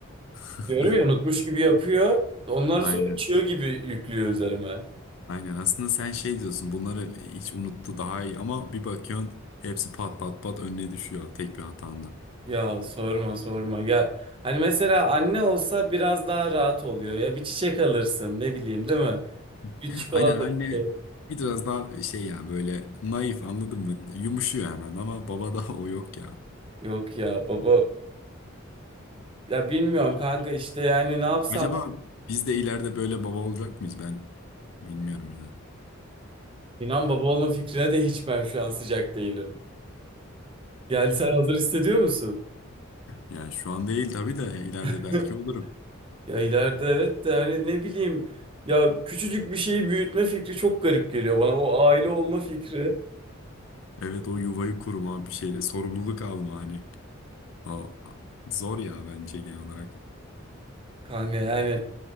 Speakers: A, on the left; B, on the right.
A: <laughs>
B: diyorum ya unutmuş gibi yapıyor. Onları
A: Aynen.
B: sonra çığ gibi yüklüyor üzerime.
A: Aynen. Aslında sen şey diyorsun bunları hiç unuttu daha iyi ama bir bakıyorsun hepsi pat pat pat önüne düşüyor tek bir hatanda.
B: Ya sorma sorma ya hani mesela anne olsa biraz daha rahat oluyor ya bir çiçek alırsın ne bileyim değil mi?
A: <laughs>
B: Bir çikolata
A: Aynen anne
B: bir şey.
A: biraz daha şey ya böyle naif anladın mı? Yumuşuyor hemen ama babada <laughs> o yok ya.
B: Yok ya baba ya bilmiyorum kanka işte yani ne yapsam
A: Acaba biz de ileride böyle baba olacak mıyız? Ben bilmiyorum ya.
B: inan baba olma fikrine de hiç ben şu an sıcak değilim. Yani sen hazır hissediyor musun?
A: Yani şu an değil tabii de ileride
B: <laughs>
A: belki olurum.
B: Ya ileride evet de hani ne bileyim ya küçücük bir şeyi büyütme fikri çok garip geliyor bana o aile olma fikri.
A: Evet o yuvayı kurma bir şeyle sorumluluk alma hani. O zor ya bence genel olarak.
B: Kanka yani